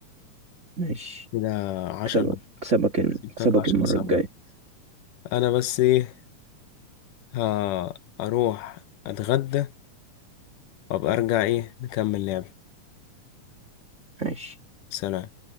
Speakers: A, on the right; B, on the left.
A: ماشي
B: كده عشرة
A: اكسبك اكسبك الم-
B: كسبتك
A: اكسبك
B: عشرة
A: المرة
B: سبعة
A: الجاية
B: انا بس ايه ها اروح اتغدى وابقى ارجع ايه نكمل لعب
A: ماشي
B: سلام